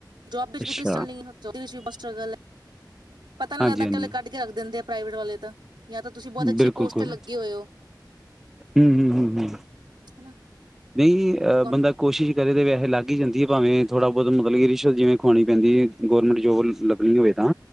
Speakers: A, on the right; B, in the centre.
A: ਜੋਬ ਵਿੱਚ
B: ਅੱਛਾ
A: ਵੀ ਕ੍ਰਿਸਟਲ ਨਹੀਂ ਏ ਏਦੇ ਵਿੱਚ ਵੀ ਬਸ! ਸਟ੍ਰਗਲ ਹੈ। ਪਤਾ ਨੀ
B: ਹਾਂਜੀ
A: ਲੱਗਦਾਕੱਲੇ,
B: ਹਾਂਜੀ
A: ਕੱਢ ਕੇ ਰੱਖ ਦਿੰਦੇ ਆ। ਪ੍ਰਾਈਵੇਟ ਵਾਲੇ ਤਾਂ। ਜਾਂ ਤਾਂ ਤੁਸੀਂ ਬਹੁਤ ਅੱਛੀ
B: ਬਿਲਕੁਲ
A: ਪੋਸਟ
B: ਕੋਰੀ
A: ਤੇ ਲੱਗੇ ਹੋਏ ਹੋ
B: ਹੂੰ ਹੂੰ ਹੂੰ ਹੂੰ।
A: ਹਨਾ।
B: ਨਹੀਂ ਜੀ
A: ਕੰ
B: ਬੰਦਾ ਕੋਸ਼ਿਸ਼ ਕਰੇ ਤਾਂ ਵੈਸੇ ਲੱਗ ਹੀ ਜਾਂਦੀ ਹੈ ਭਾਵੇਂ? ਥੋੜਾ ਬਹੁਤ ਮਤਲਬ ਕਿ ਰਿਸ਼ਵਤ ਜਿਵੇਂ ਖਵਾਉਣੀ ਪੈਂਦੀ ਹੈ। ਗੌਰਮੈਂਟ ਜੋਬ ਲੱਗਣੀ ਹੋਵੇ ਤਾਂ